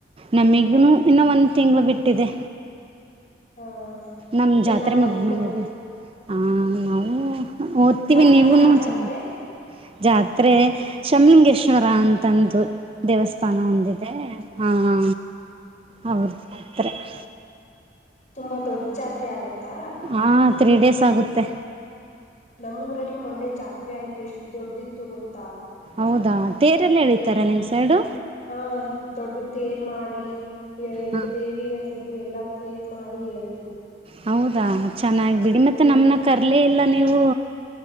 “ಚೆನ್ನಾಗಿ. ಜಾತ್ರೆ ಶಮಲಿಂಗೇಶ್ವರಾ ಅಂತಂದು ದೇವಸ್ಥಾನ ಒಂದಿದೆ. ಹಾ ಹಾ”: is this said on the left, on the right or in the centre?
Right